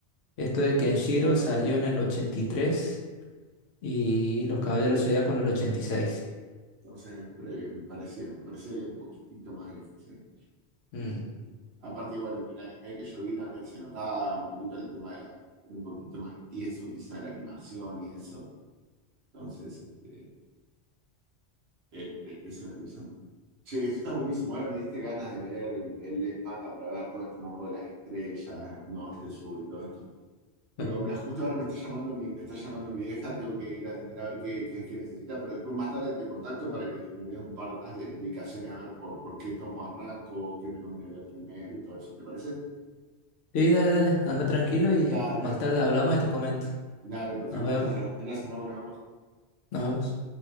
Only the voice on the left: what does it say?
esto de Kenshiro salió en el ochenta y tres y Los Caballeros Zodíaco en el 86.
Mm.
<laughs>
Sí, dale, dale, anda tranquilo y
más tarde hablamos y te comento.
Nos vemos.
Nos vemos.